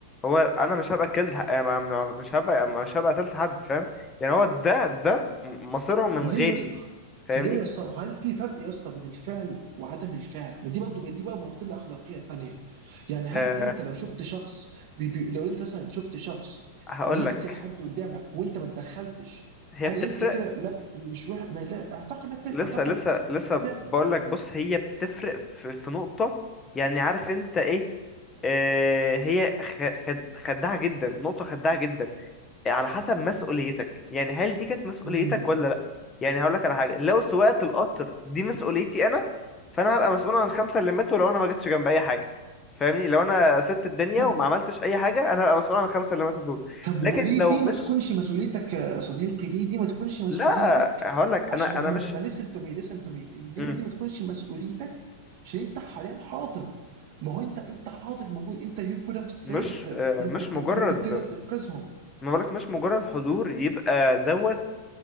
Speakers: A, on the left; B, on the right.
A: هو انا مش هبقى كلت ح- يعني ما- ما- مش هبقى مش هبقى قتلت حد فاهم يعني هو ده ده مصيرهم من
B: ليه
A: غيري
B: يا اسطى؟
A: فاهمني
B: ليه يا اسطى؟ هل في فرق يا اسطى بين الفعل وعدم الفعل؟ ما دي برضه دي بقى معضله اخلاقيه تانيه. يعني هل
A: أه
B: انت لو شفت شخص بي بي لو انت مثلا شفت شخص
A: هقول
B: بيقتل
A: لك
B: حد قدامك وانت ما اتدخلتش
A: هي
B: هل
A: بتفرق
B: انت كده لا مش واحد ما لا اعتقد انك تف
A: لسه
B: اعتقد
A: لسه لسه
B: الفعل
A: بقول لك بص هي بتفرق في, في نقطه يعني عارف انت ايه أه هي خ- خد خداعه جدا نقطه خداعه جدا على حسب مسؤوليتك يعني هل دي كانت مسؤوليتك
B: امم
A: ولا لا يعني هقول لك على حاجه لو سواقه القطر دي مسؤوليتي انا فانا هبقى مسؤول عن الخمسه اللي ماتوا لو انا ما جيتش جنب اي حاجه فاهمني لو انا سبت الدنيا
B: طب
A: وما عملتش اي حاجه انا هبقى مسؤول عن الخمسه اللي ماتوا دول
B: طب
A: لكن
B: وليه
A: لو
B: دي
A: مش
B: ما تكونش مسؤوليتك يا صديقي؟ ليه دي ما تكونش مسؤوليتك
A: لا هقول لك
B: عشان
A: انا انا
B: ما ما
A: مش
B: ما listen to me listen to me الليمه
A: مم.
B: دي ما تكونش مسؤوليتك عشان انت حاليا حاضر ما هو انت انت حاضر موجود انت you could have saved
A: مش
B: them
A: آه،
B: انت
A: مش
B: كنت
A: مجرد
B: ممكن تقدر تنقذهم
A: ما بقولك مش مجرد حضور يبقى دوت